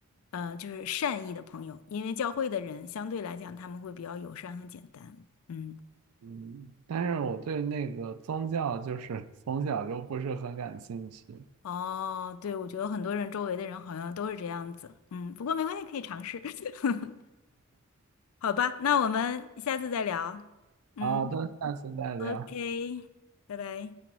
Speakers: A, on the left; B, on the right.
A: 呃，就是善意的朋友，因为教会的人相对来讲他们会比较友善和简单。嗯，
B: 嗯，但是我对那个宗教就是 <laughs> 从小就不是很感兴趣。
A: 哦，对，我觉得很多人周围的人好像都是这样子。嗯，不过没关系，可以尝试。<laughs> 好吧，那我们下次再聊。嗯
B: 好的，那下次再聊。
A: ，OK，拜拜。